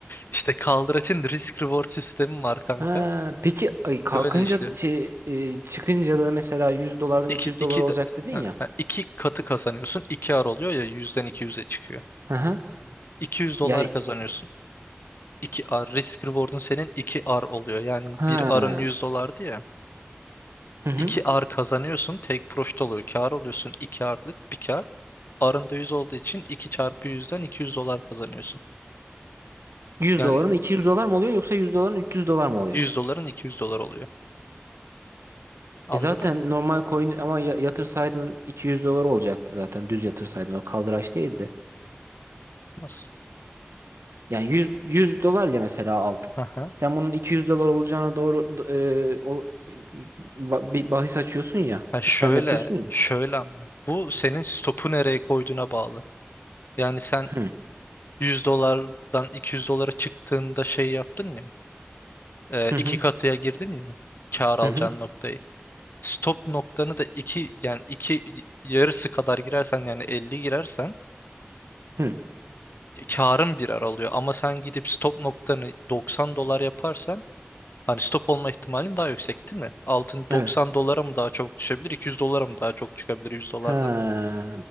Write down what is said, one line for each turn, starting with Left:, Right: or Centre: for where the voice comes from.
Left: İşte kaldıraçın risk reward sistemi var kanka.
Right: Ha, peki ay kalkınca
Left: Böyle işliyor.
Right: da- şey e, çıkınca da mesela 100 dolardan
Left: İki,
Right: 200 dolar
Left: iki,
Right: olacak
Left: de-
Right: dedin
Left: ha,
Right: ya.
Left: ha, iki katı kazanıyorsun. iki ar oluyor ya 100'den 200'e çıkıyor.
Right: Hı hı.
Left: 200 dolar
Right: Yani
Left: kazanıyorsun. iki ar risk reward'un senin iki ar oluyor. Yani
Right: ha.
Left: bir arın 100 dolardı ya.
Right: Hı hı.
Left: iki ar kazanıyorsun. Tek proşt oluyor. Kar oluyorsun. iki arlık bir kar. Arın da 100 olduğu için 2 çarpı yüzden 200 dolar kazanıyorsun.
Right: 100
Left: Yani
Right: doların 200 dolar mı oluyor yoksa 100 doların 300 dolar mı oluyor?
Left: 100 doların 200 dolar oluyor. Anladın?
Right: E zaten normal coin ama ya- yatırsaydın 200 dolar olacaktı zaten düz yatırsaydın o kaldıraç değildi.
Left: Nasıl?
Right: Yani 100, 100 dolar ya mesela aldın.
Left: <laughs>
Right: Sen bunun 200 dolar olacağına doğru do- e, o, ba- bir bahis açıyorsun ya
Left: Ha şöyle,
Right: işlem yapıyorsun ya.
Left: şöyle ama. Bu senin stopu nereye koyduğuna bağlı. Yani sen
Right: Hı.
Left: 100 dolardan 200 dolara çıktığında şey yaptın ya. e,
Right: Hı
Left: iki
Right: hı
Left: katıya girdin ya. Kâr alacağın
Right: hı hı.
Left: noktayı. Stop noktanı da iki yani iki yarısı kadar girersen yani 50 girersen
Right: hı.
Left: karın birer alıyor. Ama sen gidip stop noktanı 90 dolar yaparsan hani stop olma ihtimalin daha yüksek değil mi? Altın
Right: Evet.
Left: 90 dolara mı daha çok düşebilir, 200 dolara mı daha çok çıkabilir 100 dolardan?
Right: Ha,